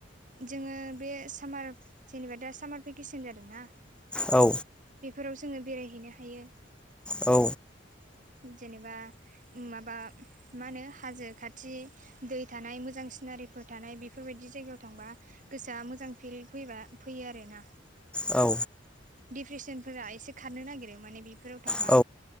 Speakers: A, on the right; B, in the centre.
A: जोङो बे सामार जेनेबा दा सामार भेकेसन जादोंना।
B: औ
A: बेफोराव जोङो बेरायहैनो हायो।
B: औ
A: जेनेबा माबा मा होनो हाजो खाथि दै थानाय मोजां सिनारिफोर थानाय बि फोरबायदि जायगायाव थांबा गोसोआ मोजां फिल फैबा फैयो आरोना।
B: औ
A: डिप्रेसनफोरा एसे खारनो नागिरो माने बिफोराव थांबा।
B: औ